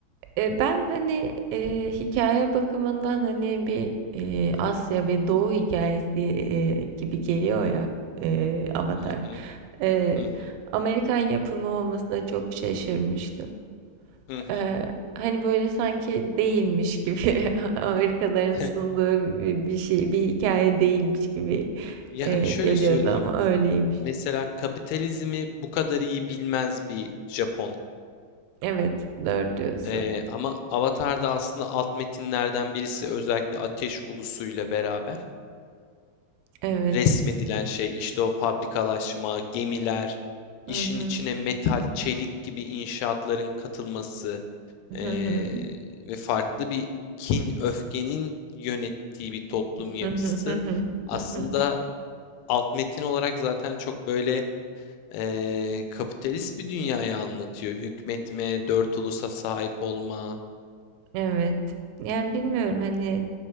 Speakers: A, on the right; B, on the left.
A: eee, ben, hani, eee, hikâye bakımından, hani, bir, eee, Asya bir Doğu hikayesi eee, gibi geliyor ya, eee, Avatar.
B: Hı hı,
A: Eee,
B: hı hı,
A: Amerikan yapımı olmasına çok şaşırmıştım.
B: hı hı.
A: Ee, hani böyle sanki değilmiş gibi <laughs> Amerikalıların
B: <laughs>
A: sunduğu bir, bir şey, bir hikaye değilmiş gibi
B: Yani
A: e,
B: şöyle
A: geliyordu
B: söyleyeyim.
A: ama öyleymiş.
B: Mesela kapitalizmi bu kadar iyi bilmez bir Japon.
A: Evet, dört diyorsun.
B: Ee, ama Avatar'da aslında alt metinlerden birisi özellikle Ateş Ulusu'yla beraber
A: Evet.
B: resmedilen şey işte o fabrikalaşma, gemiler, işin
A: Hı hı.
B: içine metal, çelik gibi inşaatların katılması
A: Hı
B: ee,
A: hı.
B: ve farklı bir kin, öfkenin yönettiği bir toplum yapısı.
A: Hı hı hı hı.
B: Aslında
A: Hı hı.
B: alt metin olarak zaten çok böyle ee, kapitalist bir dünyayı anlatıyor. Hükmetme, dört ulusa sahip olma,
A: Evet. Yani bilmiyorum hani